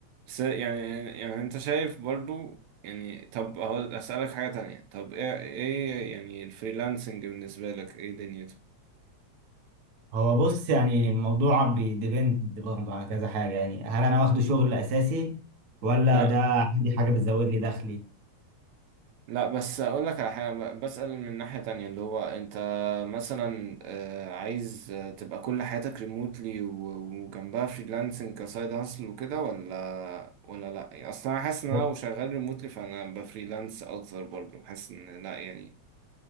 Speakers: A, on the right (about 75°); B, on the right (about 60°).
A: بس يعني يعني انت شايف برضو يعني طب اهو اسألك حاجة تانية طب ايه ايه يعني الفريلانسنج بالنسبة لك ايه دنيته؟
B: هو بص يعني الموضوع بيديبند برضه على كذا حاجة يعني هل أنا واخده شغل أساسي ولا
A: لا
B: ده عندي حاجة بتزود لي دخلي؟
A: لا بس اقول لك على حاجه ب- بسأل من ناحيه تانية اللي هو انت مثلا آه، عايز آه، تبقى كل حياتك ريموتلي وجنبها فريلانسنج كسايد هاسل وكده ولا ولا لا يعني اصلا انا حاسس ان
B: ب-
A: انا لو شغال ريموتلي فانا بفريلانس اكتر برضه حاسس ان لا يعني